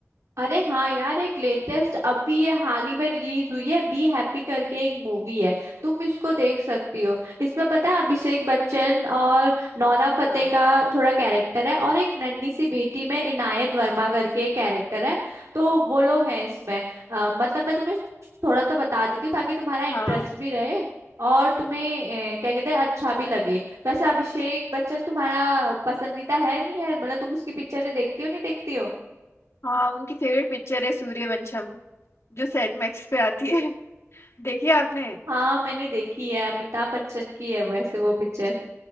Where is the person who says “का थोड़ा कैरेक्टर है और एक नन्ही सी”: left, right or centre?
Right